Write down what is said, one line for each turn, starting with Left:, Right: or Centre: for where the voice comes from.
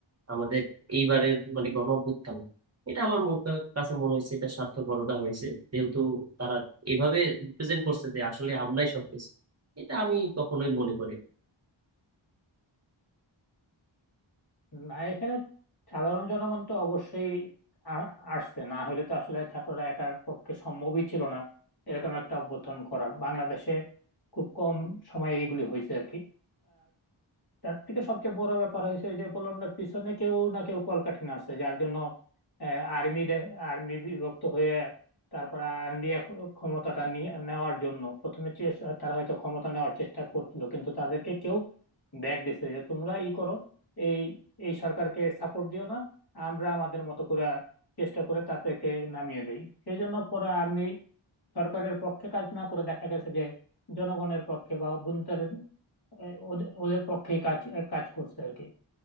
Right: আমাদের এইবারের মানে গণ অভ্যুত্থান এটা আমার মন কা- কাছে মনে হয়েছে এটা স্বার্থপরতা হয়েছে যেহেতু তারা এভাবে রিপ্রেজেন্ট করছে যে আসলে আমরাই সবকিছু এটা আমি কখনোই মনে করি না।
Left: না এখানে সাধারণ জনগণ তো অবশ্যই আ- আসছে না হলে তো আসলে ছাত্ররা একার পক্ষে সম্ভবই ছিল না এরকম একটা অভ্যুত্থান করা বাংলাদেশে খুব কম সময়ে এইগুলি হয়েছে আর কি তার থেকে সবচেয়ে বড় ব্যাপার হয়েছে ওই যে বললাম না পিছনে কেউ না কেউ কলকাঠি আছে যার জন্য আর্মি আর্মি বিভক্ত হয়ে তারপরে আর্মি ক্ষমতাটা নিয়ে- নেওয়ার জন্য প্রথমে চেষ্টা তারা হয়তো ক্ষমতা নেওয়ার চেষ্টা করছিল কিন্তু তাদেরকে কেউ ব্যাগ দিছে যে তোমরা ই করো এই এই সরকারকে সাপোর্ট দিও না আমরা আমাদের মতো করে চেষ্টা করে তাদেরকে নামিয়ে দেই সেই জন্য পরে আর্মি সরকারের পক্ষে কাজ না করে দেখা গেছে যে জনগণের পক্ষে বা অভ্যন্তরীণ এ- ওদের ওদের পক্ষে কাজ কাজ করছে আর কি